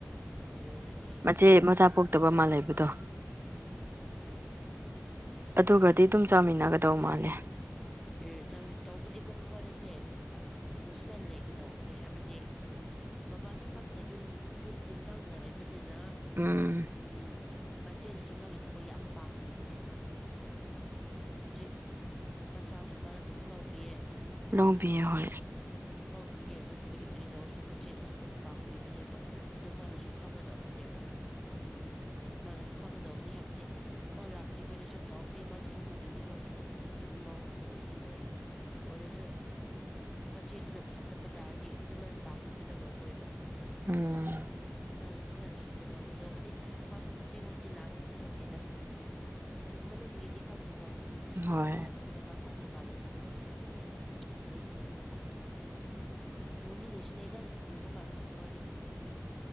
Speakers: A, in the centre; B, on the right (about 45°).
A: ꯑꯗꯨ ꯑꯣꯏꯔꯅꯤ
B: ꯃꯆꯦ ꯃꯆꯥ ꯄꯣꯛꯇꯕ ꯃꯥꯜ ꯂꯩꯕꯗꯣ
A: ꯎꯝ
B: ꯑꯗꯨꯒꯗꯤ ꯑꯗꯨꯝ ꯆꯥꯃꯤꯟꯅꯒꯗꯧ ꯃꯥꯜꯂꯦ
A: ꯎꯝ ꯊꯝꯃꯦ ꯇꯧꯕꯗꯤꯀꯣ ꯃꯃꯥꯅꯤꯁꯦ ꯅꯨꯡꯁꯤꯅ ꯂꯩꯒꯗꯧꯕꯅꯤ ꯍꯥꯏꯕꯗꯤ ꯃꯕꯥꯅꯤ ꯈꯛꯇ ꯌꯨꯝ ꯌꯨꯝꯗ ꯅꯛꯅꯔꯛꯕꯅꯤ ꯅꯤꯅ
B: ꯎꯝ
A: ꯎꯝ ꯃꯆꯦꯅꯁꯨ ꯃꯥꯒꯤ ꯊꯕꯛ ꯌꯥꯝ ꯄꯥꯡꯕꯤꯕꯅꯦꯕ ꯍꯧꯖꯤꯛ ꯃꯆꯥꯁꯨ ꯃꯥꯅ ꯑꯗꯨꯝ ꯂꯧꯕꯤꯌꯦ
B: ꯂꯣꯡꯕꯤꯑ ꯍ
A: ꯄꯤꯌꯦ ꯑꯗꯨ ꯀꯔꯤ ꯀꯔꯤ ꯇꯧꯔꯁꯨ ꯃꯆꯦꯅꯁꯨ ꯑꯗꯨꯝ ꯄꯥꯡꯕꯤꯕꯅꯦꯕ ꯑꯗꯨ ꯃꯥꯅꯁꯨ ꯈꯪꯒꯗꯧꯕꯅꯦꯕ ꯃꯥꯅꯁꯨ ꯈꯪꯒꯗꯧꯕꯅꯦ ꯍꯥꯏꯕꯗꯤ ꯃꯥ ꯂꯥꯛꯇ꯭ꯔꯤꯉꯩꯩꯅꯁꯨ ꯇꯥꯎꯗꯦ ꯃꯥꯁꯨ ꯏꯃꯨꯡꯒꯤ ꯅꯤꯉꯣꯜꯁꯨ ꯁꯨꯝ ꯃꯍꯥꯎꯁꯨ ꯑꯣꯏꯗꯤ ꯑꯣꯏꯌꯦ ꯑꯣꯏꯔꯁꯨ ꯃꯆꯦꯗꯨꯅ ꯐꯠꯇꯕ ꯇꯥꯔꯗꯤ ꯑꯗꯨꯃꯥꯏꯅ ꯄꯥꯡꯕꯤꯕꯗꯣ ꯉꯝꯃꯣꯏꯕ
B: ꯎꯝ
A: ꯃꯥꯔꯁ ꯈꯔ ꯁꯤꯡꯒꯗꯧꯋ ꯇꯧꯕꯗꯤ ꯃꯥꯁꯨ ꯃꯆꯦꯡꯉꯣꯟꯗꯤ ꯂꯥꯟꯅꯗꯤ ꯂꯧꯗꯦꯗ ꯍꯧꯖꯤꯛ ꯃꯅꯨꯡꯒꯤꯗꯤ ꯈꯪꯗꯦꯀꯣ
B: ꯍꯣꯏ
A: ꯃꯄꯥꯟ ꯊꯣꯛꯣꯡꯅ ꯃꯥꯟꯅ ꯎꯕꯒ ꯀꯥꯟꯗꯁꯨ ꯑꯗꯨꯝ ꯑꯣꯏꯕꯅꯦꯕ ꯅꯨꯡꯒꯤ ꯅꯨꯡꯁꯤꯅꯩꯗ ꯑꯗꯨꯝ ꯎꯕ ꯀꯥꯟꯗꯁꯨ ꯃꯕꯥꯅꯤꯗꯣ